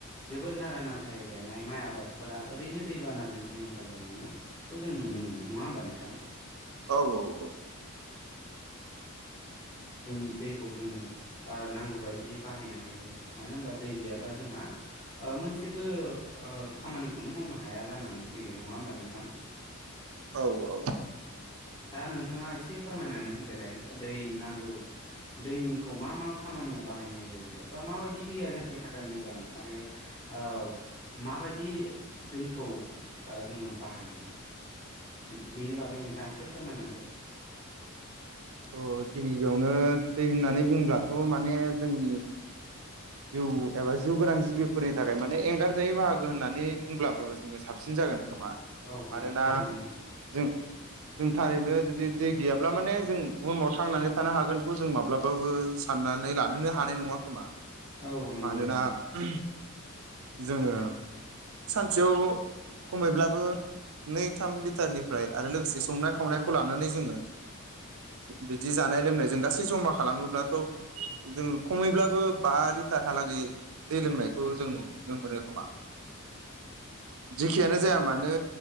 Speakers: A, on the left (about 25°); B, on the right (about 70°).
A: जोबोद नारा नाथायै गायनाय माइ आबादफोरा ओरैनो दैबानाजों सिलिंखार जालांनो बेखौ जों नुनो मोनो नङा होमबा नोंथां?
B: औ औ औ ।
A: दिनै दैखौ जोङो ओ नांगौ बायदियै बाहायनो हायो मानो होनबा दै गैयाबा जोंहा ओ मोनसेबो ओ खामानिखौनो मावनो हाया जानानै फैयो नङा होमबा नोंथां?
B: औ औ ।
A: दा नोंथाङा एसे फोरमायनानै होदोलाय दै नांगौ दैनिखौ मा मा खामानियाव बाहायनाय जायो बा माबायदि दैया जोंनि थाखाय मोजां आरो ओ माबायदि दैखौ जोङो बाहायो? बि बेनि बागै नोंथाङा एसे फोरमायना होदो?
B: थ' गिबि गिबियावनो दै होननानै बुंब्लाथ' माने जोंनि जिउ एबा जिउ गोनां जिबिफोरनि थाखाय माने एंगारजायो बाहागो होननानै बुंब्लाबो जोङो साबसिन जागोन । खोमा
A: औ
B: मानोना
A: औ थारैनो नंगौ
B: जों जों थारैनो जुदि दै गैयाब्ला माने जों बुहुमाव थांनानै थानो हागोन खौ जों माब्लाबाबो साननानै लानोनो हानाय नङा खोमा ।
A: औ नंगौ
B: मानोना
A: नोंथां
B: <unintelligible> जोङो सानसेयाव खमैब्लाबो नै थाम लिटारनिफ्राय आरो लोगोसे संनाय खावनायखौ लानानै जोङो बिदि जानाय लोंनाय जों गासै जमा खालामोब्लाथ' जों खमैब्लाबो बा लिटारहालागै दै लोंनायखौ जों नुनो मोनो खोमा जेखियानो जाया मानो